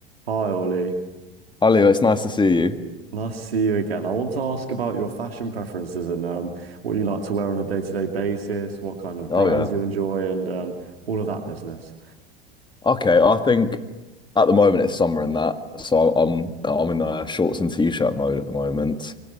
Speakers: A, on the right; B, on the left.
A: Hi Ollie,
B: Hi Leo, it's nice to see you.
A: nice to see you again. I want to ask about your fashion preferences and um, what you like to wear on a day-to-day basis, what kind of
B: Oh
A: brands
B: yeah.
A: you enjoy, and um, all of that business.
B: Okay, I think at the moment it's summer and that, so I'm I'm in uh, shorts and t-shirt mode at the moment.